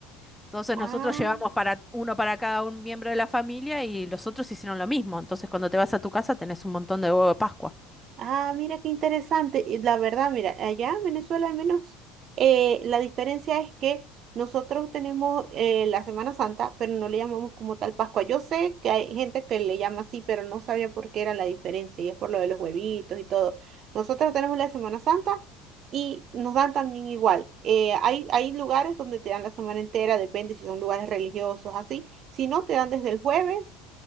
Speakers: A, in the centre; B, on the right.
A: Entonces
B: Ah.
A: nosotros llevamos para uno para cada un miembro de la familia y los otros hicieron lo mismo. Entonces cuando te vas a tu casa tenés un montón de huevo de Pascua.
B: Ah, mira qué interesante. Y la verdad, mira, allá en Venezuela al menos eh, la diferencia es que nosotros tenemos eh, la Semana Santa, pero no le llamamos como tal Pascua. Yo sé que hay gente que le llama así, pero no sabía por qué era la diferencia y es por lo de los huevitos y todo. Nosotros tenemos la Semana Santa y nos dan también igual. Eh, hay, hay lugares donde te dan la semana entera, depende si son lugares religiosos, así. Si no, te dan desde el jueves.